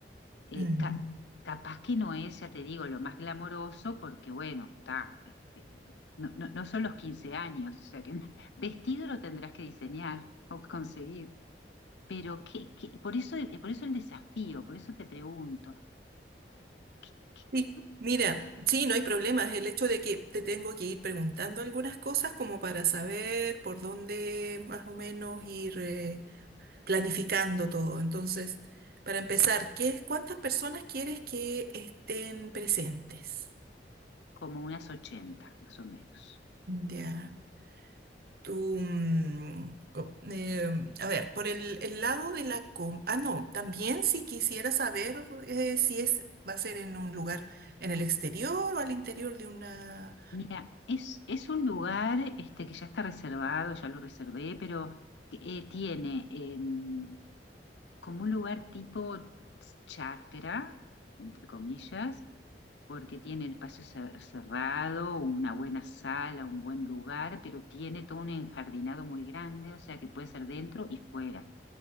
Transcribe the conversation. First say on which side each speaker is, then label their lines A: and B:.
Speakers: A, on the left; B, on the right.
A: eh,
B: Mm.
A: ca- capaz que no es, ya te digo, lo más glamoroso, porque bueno, está, este, no, no, no son los 15 años, o sea que <laughs> vestido lo tendrás que diseñar o conseguir. Pero qué, qué- por eso, eh, por eso el desafío, por eso te pregunto, ¿qué- qué-
B: Sí,
A: qué-
B: mira, sí, no hay problemas. El hecho de que te tengo que ir preguntando algunas cosas como para saber por dónde más o menos ir eh, planificando todo. Entonces, para empezar, ¿qué, es- cuántas personas quieres que estén presentes?
A: como unas 80 más o menos.
B: Ya, tú, mm, co- em, a ver, por el, el lado de la... com- Ah, no, también si quisiera saber eh, si es, va a ser en un lugar en el exterior o al interior de una...
A: Mira, es, es un lugar este, que ya está reservado, ya lo reservé, pero eh, tiene em, como un lugar tipo chakra, entre comillas, porque tiene un espacio cer- cerrado, una buena sala, un buen lugar, pero tiene todo un enjardinado muy grande, o sea que puede ser dentro y fuera,